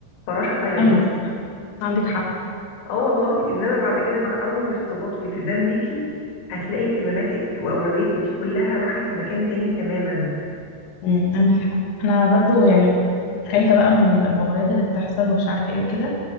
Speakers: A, on the left; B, on the left.
A: فراشه طايره
B: ايوه صح، عندك حق
A: اه والله انما بعد كده مع اول ارتباط والتزام ليكي هتلاقي اهتماماتك واولوياتك دي كلها راحت في مكان تاني تماما
B: امم عندك حق انا برضو يعني خايفه بقى من المغريات اللي بتحصل ومش عارفه ايه وكده